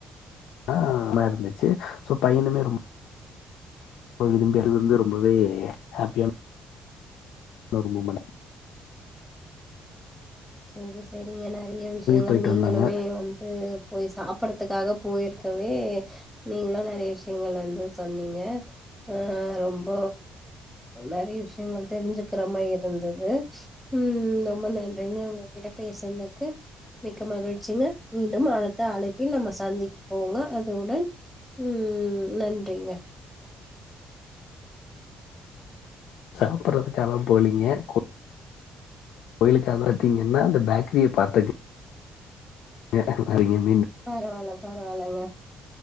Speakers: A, on the left; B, in the centre.
A: ஆ அமா இருந்துச்சு சோ பையனுமே ரொ ரொம்ப விரும்பிய இருந்து ரொம்பவே ஹேப்பியான ர்மமன் <unintelligible>
B: சேரி சேரிங்க நெறய விஷயங்கள்
A: போயிட்டு
B: நீங்களுமே
A: வந்தாங்க.
B: வந்து போய் சாப்டறதுக்காக போயிருக்கேங்க நீங்களா நெறய விஷயங்கள் வந்து சொன்னீங்க அ ரொம்ப நெறய விஷயங்கள் தெரிஞ்சுக்ற மாரி இருந்தது உம் ரொம்ப நன்றி உங்ககிட்ட பேசுனதுக்கு மிக்க மகிழ்ச்சிங்க மீண்டும் அடுத்த அழைப்பில் நம்ம சந்திப்போங்க அதுடன் உம் நன்றிங்க
A: சாப்டறதுக்கால்லா போலீங்க கோயிலுக்காக பாத்தீங்கன்னா அ பேக் கிரிய பாத்தது கங்க <unintelligible>
B: பரவால பரவாலங்க